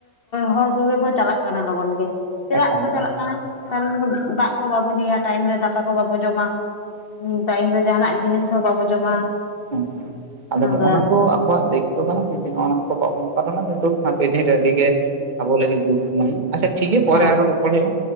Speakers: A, on the left (about 40°); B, on the right (about 35°).
A: ᱦᱚᱲ ᱠᱚᱜᱮ ᱵᱚ ᱪᱟᱞᱟᱜ ᱠᱟᱱᱟ ᱞᱚᱜᱚᱱ ᱜᱮ, ᱪᱮᱫᱟᱜ
B: ᱮᱠᱟᱞ
A: ᱵᱚᱱ
B: ᱮᱠᱟᱞ
A: ᱪᱟᱞᱟᱜ ᱠᱟᱱᱟ ᱠᱟᱨᱚᱱ ᱫᱟᱜ ᱠᱚ ᱵᱟᱵᱚᱱ ᱧᱩᱭᱟ ᱴᱟᱭᱤᱢ ᱨᱮ ᱫᱟᱠᱟ ᱠᱚ ᱵᱟᱵᱚᱱ ᱡᱚᱢᱟ᱾ ᱦᱮᱸ ᱴᱟᱭᱤᱢ ᱨᱮ ᱡᱟᱦᱟ ᱱᱟᱜ ᱡᱤᱱᱤᱥ ᱦᱚᱸ ᱵᱟᱵᱚ ᱡᱚᱢᱟ᱾
B: ᱦᱮᱸ ᱟᱫᱚ
A: ᱚᱱᱠᱟ
B: ᱱᱚᱜᱼᱱᱟ
A: ᱟᱨᱠᱤ
B: ᱫᱚ ᱟᱵᱚ ᱟᱵᱚᱣᱟᱜ ᱫᱟᱭᱤᱛᱛᱚ ᱠᱟᱱᱟ ᱡᱩᱫᱤ ᱱᱚᱜᱼᱚ ᱱᱚᱣᱟ ᱠᱚ ᱵᱟᱵᱚᱱ ᱯᱟᱞᱚᱱᱟ ᱠᱤᱱᱛᱩ ᱦᱟᱯᱮᱱ ᱫᱤᱱ ᱟᱹᱰᱤᱜ ᱜᱮᱼᱼ ᱟᱵᱚ ᱞᱟᱜᱤᱫ ᱫᱩᱠ ᱢᱚᱦᱤᱢ, ᱟᱪᱪᱷᱟ ᱴᱷᱤᱠ ᱜᱮᱭᱟ ᱯᱚᱨᱮ
A: ᱦᱮᱸ
B: ᱟᱨᱚ ᱨᱚᱯᱚᱲ ᱦᱩᱭᱩᱜ -ᱟ,